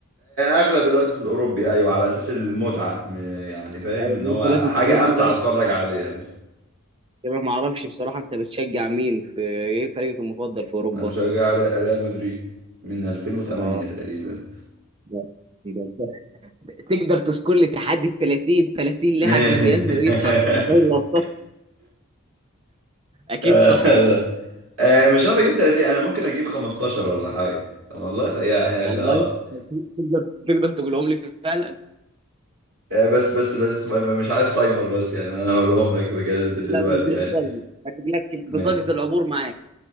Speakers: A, on the right; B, on the right.
A: أغلب الوقت في الأوروبي أيوة على أساس المتعة م- يعني فاهم
B: أيوة،
A: إن هو
B: انت لازم
A: حاجة
B: تقول
A: أمتع
B: لي
A: أتفرج عليها
B: كمان ما اعرفش بصراحه انت بتشجع مين في ايه فريقك المفضل في اوروبا
A: أنا بشجع ري- ريال مدريد من 2008
B: اه
A: تقريبا
B: ده- ده أنت تقدر تذكر لي تحدي ال 30 30 لاعب
A: <laughs>
B: من ريال مدريد حصل على دوري الابطال اكيد
A: لا.
B: صح
A: آه، مش عارف أجيب 30 أنا ممكن أجيب 15 ولا حاجة والله خ- يا يا-
B: والله
A: آه
B: تقدر تقدر تقولهم لي فعلا
A: آه، بس بس بس ما- ما- مش عايز تايمر بس يعني انا هقولهم لك بجد
B: لا
A: دلوقتي
B: من
A: يعني
B: غير صدمة. شكلك بطاقه
A: ماشي
B: العبور معاك